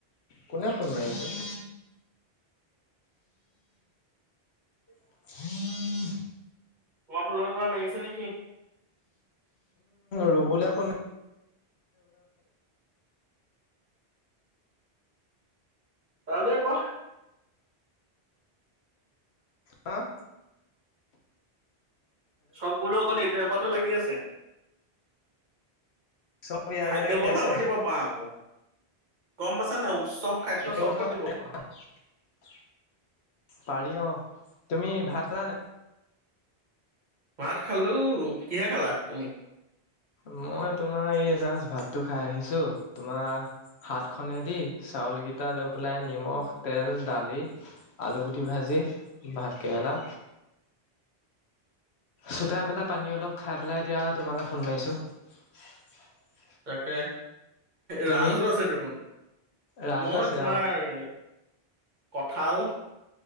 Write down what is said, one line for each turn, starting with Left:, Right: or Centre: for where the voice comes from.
Left: কোনে ফোন মাৰি আছে? <inaudible> <inaudible>
Right: খোৱা ফুলৰ কৱা মাৰি আছে নেকি?
Left: ৰুবলে ফোন
Right: তাললৈ ক
Left: হাঁ?
Right: চব বোলো অকল এইটো এপটে লাগি আছে।
Left: চব ইয়াতে
Right: খাদ্য
Left: লাগি
Right: কথাও
Left: আছে।
Right: পাতিব পাৰা আকৌ গম পাইছা নাই উৎসৱ খাদ্য
Left: খাদ্যৰ
Right: চব
Left: কথা
Right: পাতিব পাৰা
Left: প পাৰি অ', তুমি ভাত খালা নে?
Right: ভাত খালো কিহে খালা তুমি?
Left: মই তোমাৰ এই জাষ্ট ভাতটো খাই আহিছো তোমাৰ হাত খনে দি চাউল কিটা লৈ পেলাই নিমখ তেল দালি আলুগুটি ভাজি দি ভাত কেৰেলা চোতাই পেলাই পানী অলপ খাই পেলাই এতিয়া তোমালৈ ফোন মাৰিছোঁ। <inaudible>
Right: তাকে।
Left: তুমি?
Right: ৰাজো আছে দেখোন,
Left: ৰাজু
Right: মই
Left: আছে
Right: তোমাৰ
Left: অ'।
Right: কঁঠাল